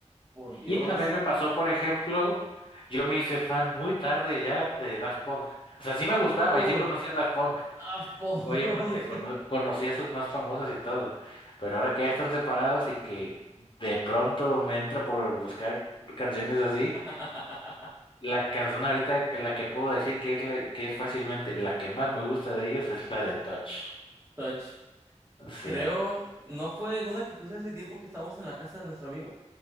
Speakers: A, on the right; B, on the left.
A: Por Dios.
B: Y también me pasó, por ejemplo, yo me hice fan muy tarde ya de Daft Punk. O sea, sí me gustaba
A: Uy,
B: y sí conocía a Daft Punk.
A: Daft Punk.
B: Obviamente, cono- conocía a sus más famosas y todo. Pero ahora que ya están separados y que de pronto me entra por buscar canciones así,
A: <laughs>
B: la canción ahorita, la que puedo decir que es la, que es fácilmente la que más me gusta de ellos es la de Touch.
A: Touch.
B: Sí.
A: Creo, ¿no fue una que puse hace tiempo que estábamos en la casa de nuestro amigo?